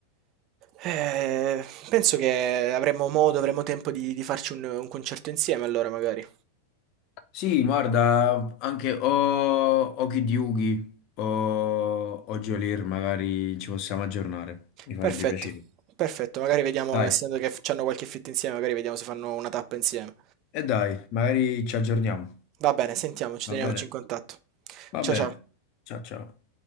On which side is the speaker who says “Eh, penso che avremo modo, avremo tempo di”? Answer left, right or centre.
Right